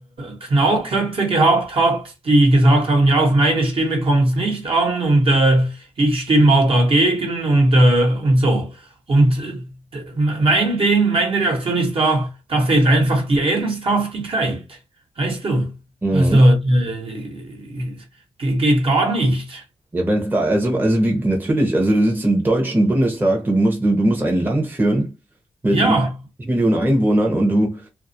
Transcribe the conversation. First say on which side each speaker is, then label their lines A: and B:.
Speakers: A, on the right; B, on the right.
A: Knallköpfe gehabt hat, die gesagt haben, ja, auf meine Stimme kommt es nicht an und äh, ich stimme mal dagegen und, äh, und so. Und äh, d- mein Ding, meine Reaktion ist da, da fehlt einfach die Ernsthaftigkeit. Weißt du?
B: Mhm.
A: Also äh, äh, ge- geht gar nicht.
B: Ja, wenn es da, also, also wie, natürlich, also du sitzt im Deutschen Bundestag, du musst, du, du musst ein Land führen mit
A: Ja,
B: über 50 Millionen Einwohnern und du,